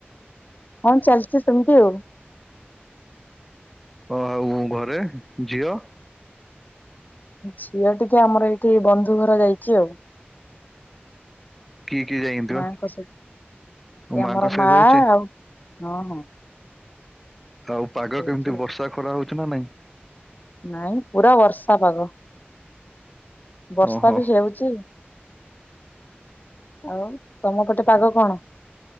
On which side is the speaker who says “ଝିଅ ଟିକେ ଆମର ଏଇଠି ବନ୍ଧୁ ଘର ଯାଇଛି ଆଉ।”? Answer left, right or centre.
Left